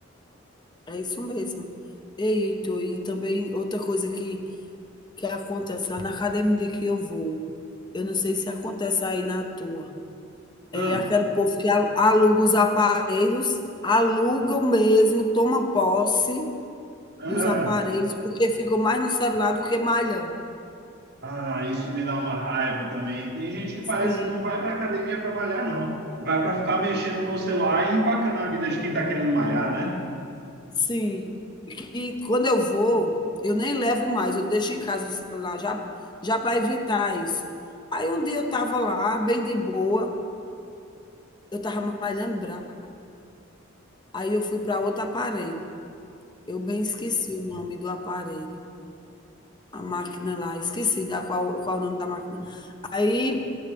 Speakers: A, on the left; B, on the right.
A: é isso mesmo. Ei, Heitor, e também outra coisa que que acontece lá na academia que eu vou. Eu não sei se acontece aí na tua. É
B: Ah,
A: aquele povo que aluga os aparelhos, alugam mesmo, toma posse
B: ah,
A: dos aparelhos, porque ficam mais no celular do que malhando.
B: ah, isso me dá uma raiva também. Tem gente que parece
A: Sim,
B: que não vai para academia para malhar, não. Vai para ficar mexendo no celular e empacando a vida de quem está querendo malhar, né?
A: sim. E que quando eu vou, eu nem levo mais, eu deixo em casa o celular, já, já para evitar isso. Aí um dia eu estava lá, bem de boa, eu estava malhando braço. Aí eu fui para outro aparelho. Eu bem esqueci o nome do aparelho, a máquina lá, esqueci da qual, qual o nome da máquina. Aí